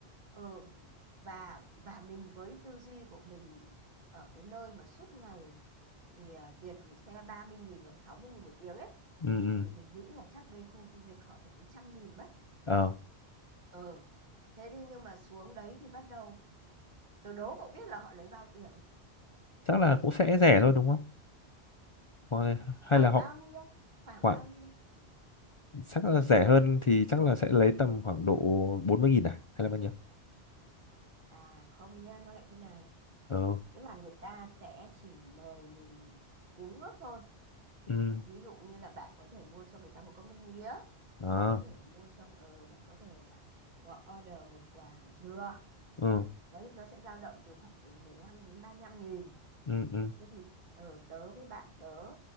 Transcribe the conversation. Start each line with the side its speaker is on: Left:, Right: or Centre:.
Right: ừ và và mình với tư duy của mình ở cái nơi mà suốt ngày thì ờ, tiền gửi xe 30.000 hoặc 60.000 một tiếng ấy
Left: ừ ừ.
Right: thì mình nghĩ là chắc đây khu du lịch họ phải lấy trăm nghìn mất
Left: ờ
Right: ừ thế thế nhưng mà xuống đấy thì bắt đầu tôi đố cậu biết là họ lấy bao tiền
Left: chắc là cũng sẽ rẻ thôi đúng không Còn- hay
Right: khoảng
Left: là họ
Right: bao nhiêu khoảng
Left: khoảng
Right: bao nhiêu
Left: chắc là rẻ hơn thì chắc là sẽ lấy tầm khoảng độ 40 nghìn à hay là bao nhiêu
Right: À không nhá, nó lại thế này.
Left: ờ
Right: Tức là người ta sẽ chỉ mời mình uống nước thôi.
Left: ừ
Right: Ví dụ như là bạn có thể mua cho người ta một cốc nước mía.
Left: ờ
Right: Bạn có thể mua cho, ờ, bạn có thể à, gọi order một quả dừa.
Left: ừ
Right: Đấy, nó sẽ dao động từ khoảng từ 15 đến ba lăm nghìn.
Left: ừ ừ
Right: Thế thì ờ, tớ với bạn tớ,